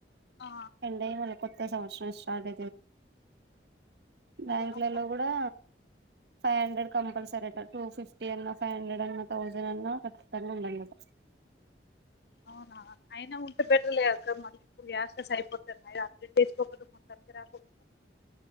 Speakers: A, on the left (about 65°); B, on the right (about 70°).
A: ఆ
B: ఎండయి మన కొత్త సంవత్సరం స్టార్ట్ బ్యాంకులలో
A: అప్ప
B: కూడా ఫైవ్ హండ్రెడ్ కంపల్సరీ అట టూ ఫిఫ్టీ అన్నా ఫైవ్ హండ్రెడ్ అన్నా థౌజండ్ అన్నా ఖచ్చితంగా ఉండండిట
A: అవునా అయినా ఉంటే బెటర్లేదుక మళ్ళీ ఇప్పు యాస్టెస్ అయిపోతున్నా అప్డెట్ చేసుకోకడదు మొత్తానికి రాకుడదు